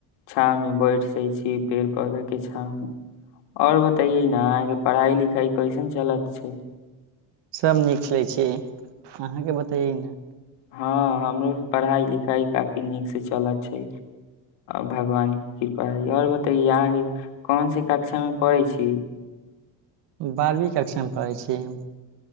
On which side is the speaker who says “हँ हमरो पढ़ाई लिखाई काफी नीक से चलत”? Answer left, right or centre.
Left